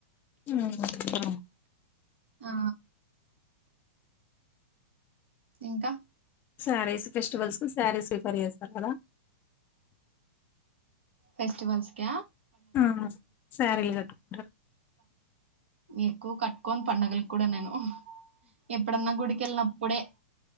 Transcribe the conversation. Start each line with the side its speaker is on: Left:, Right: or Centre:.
Left: ఉమ్,
Right: ఆ ఇంకా
Left: శారీస్ ఫెస్టివల్స్ కు శారీస్ రిఫర్ జేస్తారు కదా
Right: ఫెస్టివల్స్ క
Left: ఆ సారీలు గట్టుకుంట
Right: ఎక్కువ కట్టుకోను పండగలక్కూడా నేను ఎప్పుడన్నా గుడికి కెళ్నప్పుడే